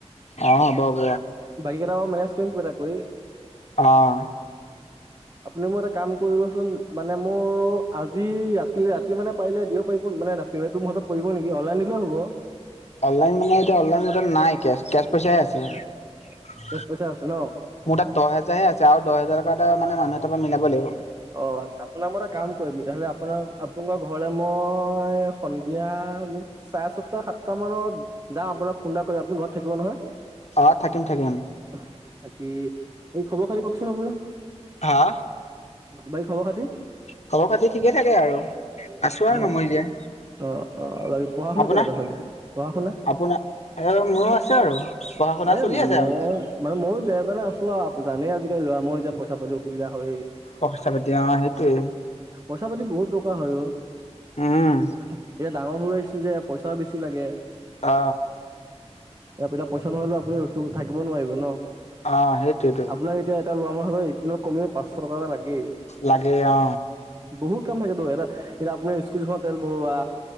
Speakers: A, on the left (about 70°); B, on the right (about 35°).
A: অ হ'ব হ'ব
B: বকী কেইটকা মেনেস কৰিম কিবা এটা কৰি
A: অ
B: <inaudible> আপুনি মোক এটা কাম কৰিবচোন মানে মোৰ আজি ৰাতি ৰাতি মানে পাৰিলে দিব পাৰিব মানে <unintelligible> পেমেণ্টটো মোৰ হাতত পৰিব নেকি অন লাইন দিলেও হ'ব
A: অনলাইন মানে এতিয়া অনলাইন মোৰ তাত নাই কেচ কেচ পইচাই আছে
B: কেছ পইচা আছে ন
A: মোৰ তাত দহ হেজাৰহে আছে আৰু দহ হাজাৰ এটা মানে মানুহ এটাৰ পৰা মিলাব লাগিব
B: অ আচ্ছা আপোনাক মই এটা কাম কৰিম তেনেহলে আপোনাৰ আপোনাৰ ঘৰলে মই সন্ধিয়া চাৰেছটা সাতটা মানত যাম আপোনাক ফোন এটা কৰি আপুনি ঘৰত থাকিব নহয়
A: অঁ থাকিম থাকিম
B: <unintelligible> বাকী এই খবৰ খাতি কওকচোন আপোনৰ
A: হা
B: বাকী খবৰ খাতি
A: খবৰ
B: <unintelligible>
A: খাতি ঠিকে থাকে আৰু আছো আৰু নমৰি জীয়াই
B: আহ অ অ বাকী পঢ়া শুনা
A: আপোনাৰ
B: কেনেকা চলিছে পঢ়া-শুনা
A: আপোনাৰ এ মোৰো আছে আৰু পঢ়া শুনা
B: এই
A: চলি আছে
B: মই
A: আৰু
B: মানে ময়ো যেনে তেনে আছো আৰু জানেইে আজিকালি ল'ৰা ময়ো পইচা পাতি অসুবিধা হয়েই
A: ফস্ক ছেভেণ্টিন অহ সেইটোৱে
B: পইচা পাতি বহুত দৰকাৰ হয় অ
A: উম
B: এতিয়া ডাঙৰ হৈ আহিছো যে পইচাও বেছি লাগে
A: অ
B: এতিয়া পইচা নহ'লেও আপুনি ৰখিব থাকিব নোৱাৰিব ন
A: আহ সেইটোৱেতো
B: আপোনাক এতিয়া এটা ল'ৰা মানুহৰ হাতত এদিনত কমেও পাঁচশ টকা এটা লাগেই
A: লাগে অ
B: বহুত কাম থাকেতো এটা এতিয়া আপুনি স্কুটিখনত তেল ভৰোৱা